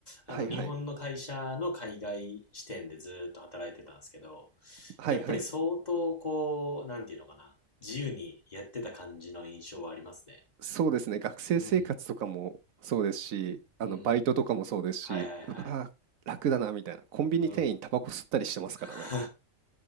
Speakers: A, on the left; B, on the right.
A: あの、
B: はいはい。
A: 日本の会社の海外支店でずっと働いてたんですけど、
B: はいはい。
A: やっぱり相当、こう、なんていうのかな、自由にやってた感じの印象はありますね。
B: そうですね、学生生活とかもそうですし、
A: うん、
B: あの、
A: うん。
B: バイトとかもそうですし、
A: はいはいはい。
B: うわー、楽だなみたいな。コンビニ店員タバコ吸ったりしてますからね。
A: うん。<laughs>